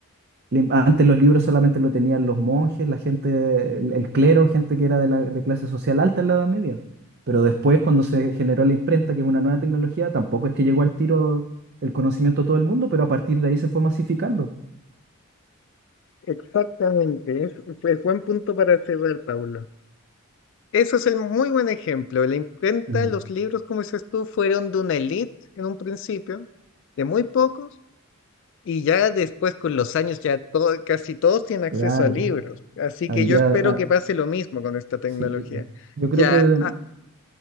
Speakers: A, on the right; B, on the left.
A: Lim- Antes los libros solamente lo tenían los monjes, la gente, el, el clero, gente que era de, la, de clase social alta en la Edad Media. Pero después, cuando se generó la imprenta, que es una nueva tecnología, tampoco es que llegó al tiro el conocimiento a todo el mundo, pero a partir de ahí se fue masificando.
B: Exactamente, es, es buen punto para cerrar, Pablo. Eso es el muy buen ejemplo. La imprenta,
A: Mm.
B: los libros, como dices tú, fueron de una elite en un principio, de muy pocos, y ya después con los años ya todo, casi todos tienen acceso
A: Claro,
B: a libros. Así
A: al
B: que yo
A: día,
B: espero
A: a-
B: que pase lo mismo con esta tecnología.
A: sí, po. yo creo
B: Ya,
A: que de-
B: ah,